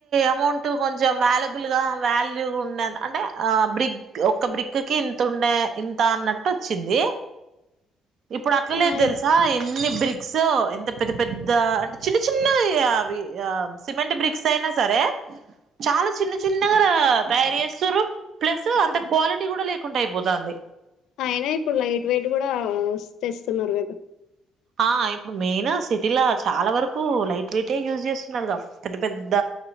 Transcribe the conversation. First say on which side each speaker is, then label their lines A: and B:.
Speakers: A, on the right; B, on the left.
A: అమౌంట్ కొంచెం వ్యాలబుల్ గా వాల్యూగా ఉండ అంటే ఆ బ్రిగ్ ఒక బ్రిక్కి ఇంత ఉండ ఇంత అన్నట్టు వచ్చింది ఇప్పుడు అట్లాలేదు
B: ఆ
A: తెలుసా
B: ఇప్-
A: అన్ని బ్రిక్స్ ఎంత పెద్ద పెద్ద అంటే చిన్న చిన్న అవి సిమెంట్ బ్రిక్స్ అయినా సరే చాలా చిన్న చిన్నగా తయారు చేస్తురు ప్లస్ అంత క్వాలిటీ కూడా లేకుండా అయిపోతాంది
B: అయినా ఇప్పుడు లైట్ వెయిట్ కూడా తెస్తున్నారు కదా
A: ఆ ఇప్పుడు మెయిన్ సిటీలా చాలా వరకు లైట్ వెయిటే యూజ్ చేస్తున్నారుగా పెద్ద పెద్ద